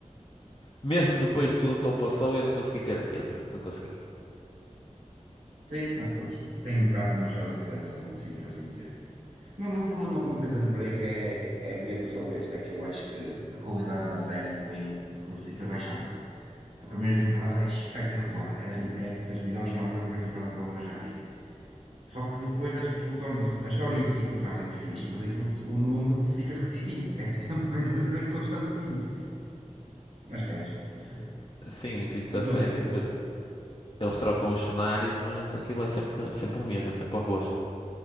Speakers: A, on the left; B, on the right.
A: Mesmo depois de tudo o que ele passou, eu não consegui ter pena. Não consegui.
B: Sim, mas pronto, tem um bocado de uma história de redenção, assim por assim dizer. Mas o meu problema com Prison Break é, é mesmo só este, é que eu acho que a qualidade da série foi, reduzi- foi baixante. A primeira temporada é espetacular, é das, é das melhores, se não a melhor primeira temporada que eu já vi. Só que depois acho que aquilo torna-se, a história em si por trás é muito fixe, mas aquilo, o nome fica repetitivo, é sempre <laughs> Prison Break constantemente. Mas pronto, isso.
A: Sim, o intuito
B: E depois
A: da série, depois
B: o-
A: eles trocam os cenários, mas aquilo é sempre, sempre o mesmo, é sempre o arroz.